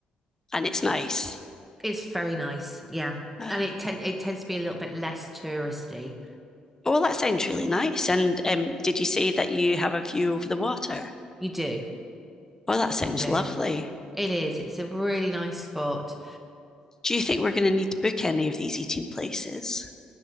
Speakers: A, on the left; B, in the centre.
A: and it's nice.
B: It's very nice, yeah.
A: Um,
B: And it ten it tends to be a little bit less touristy.
A: Oh, well, that sounds really nice. And um, did you say that you have a view over the water?
B: You do,
A: Oh, that sounds
B: you do.
A: lovely.
B: It is. It's a really nice spot.
A: Do you think we're going to need to book any of these eating places?